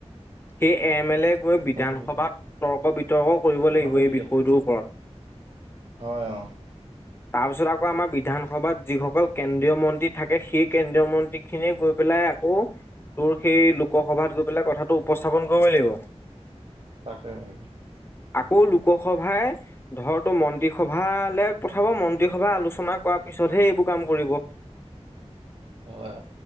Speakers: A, on the left; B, on the right.
A: সেই এ মে লে গৈ
B: এইকনকে
A: বিধানসভাত
B: দি দে
A: তৰ্ক বিতৰ্ক কৰিব
B: এইকনকে
A: লাগিব এই
B: দি
A: বিষয়টোৰ
B: দে
A: ওপৰত। <inaudible>
B: হয় অ'
A: তাৰপিছত আকৌ আমাৰ বিধানসভাত যিসকল কেন্দ্ৰীয় মন্ত্ৰী থাকে সেই কেন্দ্ৰীয় মন্ত্ৰীখিনি গৈ পেলাই কৌ তোৰ সেই লোকসভাত গৈ পেলাই কথাটো উপস্থাপন কৰিব লাগিব।
B: তাকেহে।
A: আকৌ লোকসভাই ধৰ তো মন্ত্ৰীসভালৈ পঠাব মন্ত্ৰীসভা আলোচনা কৰা পিছতহে সেইবোৰ কাম কৰিব।
B: হয়